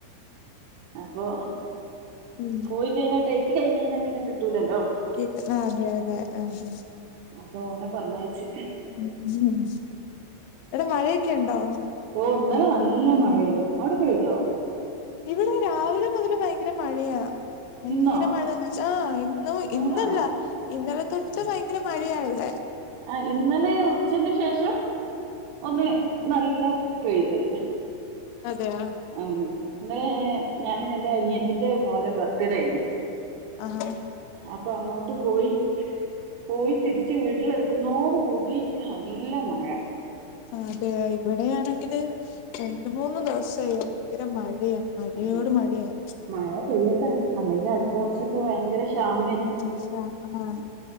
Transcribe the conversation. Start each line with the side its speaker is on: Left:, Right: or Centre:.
Right: അപൊ
Left: ഉം
Right: പോയി കൈഞ്ഞാ ഡെയ്റ്റ് കൈനൈന പിന്നെ കിട്ടൂലല്ലോ.
Left: കി ആഹ് അതെ അതെ ആഹ് ആഹ്
Right: അപ്പൊ ഓനെ പർഞ്ഞയച്ച്.
Left: ഉം ഉം എടാ മയൊക്കെണ്ടോ?
Right: ഓഹ് ഇന്നലെ നല്ല മഴേനു അവ്ടെ പെയ്തോ?
Left: ഇവിടെ രാവിലെ മുതല് ഭയ്ങ്ക്ര മഴയാ. ഭയ്ങ്കാര
Right: ഇന്നോ
Left: മഴാന്ന് വെച്ചാ ആഹ് ഇന്നു ഇന്നല്ല
Right: ആണോ
Left: ഇന്നലെ തൊട്ട് ഭയ്ങ്ക്ര മഴയാ ഇവിടെ.
Right: ആഹ് ഇന്നലെ ഉച്ചന് ശേഷം ഒന്ന് നല്ല പെയ്ത്.
Left: അതെയാ
Right: അം ഇന്നലെ ഞാൻ എന്റെ അനിയത്തിന്റെ മോന്റെ ബർത്ത്ഡേ ആയിന്
Left: ആഹ്
Right: അപ്പൊ അങ്ങോട്ട് പോയി പോയി തിരിച്ച് വീട്ടിലെത്തുന്നോട് കൂടി നല്ല മഴ
Left: ആഹ് അതെ ഇവിടെയാണെങ്കില് രണ്ട് മൂന്ന് ദിവസായി ഭയ്ങ്കര മഴെയാ മഴെയോട്
Right: ആ
Left: മഴെയാ
Right: മഴ പെയ്യട്ടെ അല്ലെങ്കിൽ അടുത്ത വർഷൊക്കെ ഭയ്ങ്കര ക്ഷാമേര്
Left: ക്ഷാ ആഹ്